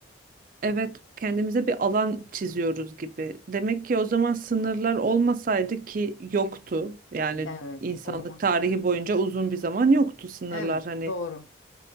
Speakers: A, on the right; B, on the left.
A: Evet, kendimize bir alan çiziyoruz gibi. Demek ki o zaman sınırlar olmasaydı ki yoktu. Yani
B: Evet
A: insanlık
B: o zaman.
A: tarihi boyunca uzun bir zaman yoktu sınırlar
B: Evet
A: hani.
B: doğru.